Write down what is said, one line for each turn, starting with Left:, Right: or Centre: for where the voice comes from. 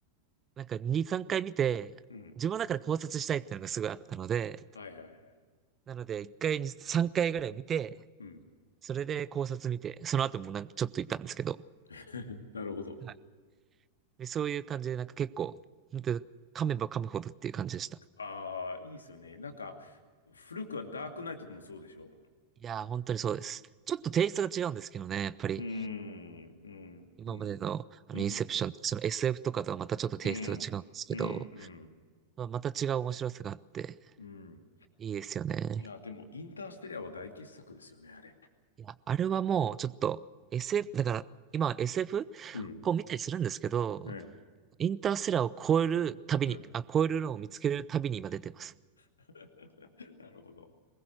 Right: なんか二、三回見て、
Left: うん。
Right: 自分の中で考察したいっていうのがすごいあったので、
Left: はいはいはい。
Right: なので一回に三回ぐらい見て、
Left: うん。
Right: それで考察見て、その後もなんかちょっと行ったんですけど、
Left: <laughs> なるほど。
Right: はいで、そういう感じでなんか結構、本当に噛めば噛むほどっていう感じでした。
Left: ああ、いいですよね。なんか、古くはダークナイトもそうでしょ
Right: いやー、本当にそうです。ちょっとテイストが違うんですけどね、やっぱり。
Left: うーん、うん、
Right: 今までの、
Left: うん、
Right: あの、
Left: うん、
Right: インセプション、その SF とかとはまたちょっとテイストが違うんですけど、
Left: うん、うん、うん、
Right: まあ、また違う面白さがあって、
Left: うん。
Right: いいですよね。
Left: いや、でも、インターステリアは大傑作ですよね、あれ。
Right: いや、あれはもうちょっと SF、だから今 SF
Left: うん。
Right: こう見たりするんですけど、
Left: ええ。
Right: インターステラーを超える旅に、
Left: うん。
Right: あ、超えるのを見つける旅に今出てます。
Left: <laughs> なるほど。